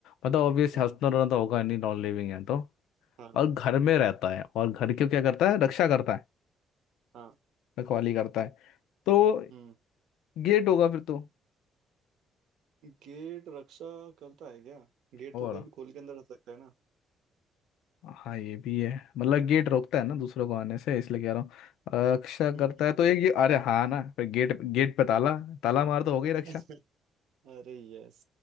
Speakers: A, on the left; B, on the right.
A: मतलब ऑब्वियस
B: हम्म
A: हंसना रोना तो होगा नहीं नॉन लिविंग है तो
B: हाँ
A: और घर में रहता है और घर की क्या करता है रक्षा करता है
B: हाँ
A: रखवाली करता है तो
B: हम्म
A: गेट होगा फिर तो
B: गेट रक्षा करता है क्या गेट
A: और
B: तो कोई भी खोल के अंदर रख सकता है ना
A: हाँ ये भी है मतलब गेट रोकता है ना दूसरों को आने से इसलिए कह रहा हूँ अ, रक्षा
B: हम्म
A: करता है तो ये, ये अरे हाँ ना पर गेट गेट पे ताला ताला मार तो हो गई रक्षा
B: <laughs> अरे यस